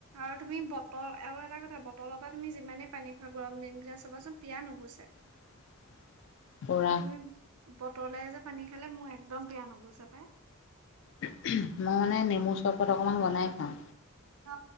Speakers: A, on the right; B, on the left.
A: আৰু তুমি বটল আৰু এটা কথা বটলৰ পৰা তুমি যিমানেই পানী খুৱা গৰম দিনযে চাবাচোন পিয়াহ নুগুছে।
B: <inaudible>
A: <inaudible>
B: পুৰা
A: তুমি বতলে যে পানী খালে মোৰ একদম বয়া নগোছে পাই।
B: মই মানে নেমু চৰবত অকমান বনাই খাও
A: অ